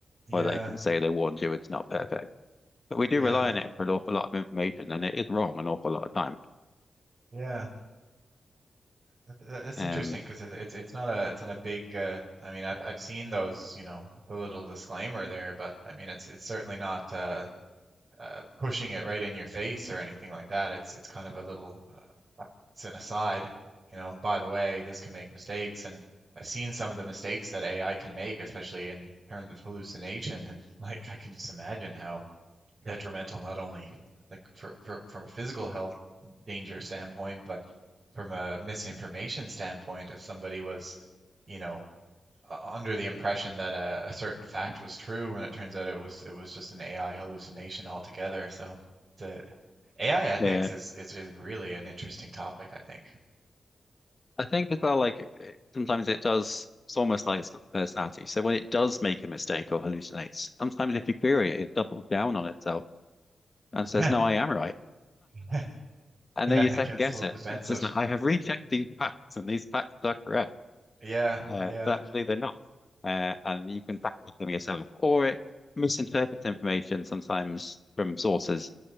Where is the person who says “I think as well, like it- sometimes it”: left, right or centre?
Left